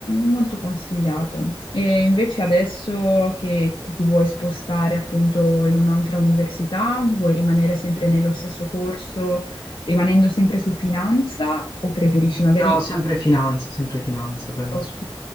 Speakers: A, on the left; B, on the left.
A: molto consigliato. E invece adesso che, che ti vuoi spostare appunto in un'altra università, vuoi rimanere sempre nello stesso corso, rimanendo sempre su finanza o preferisci magari...
B: No, sempre finanza, sempre finanza, penso.
A: Ok,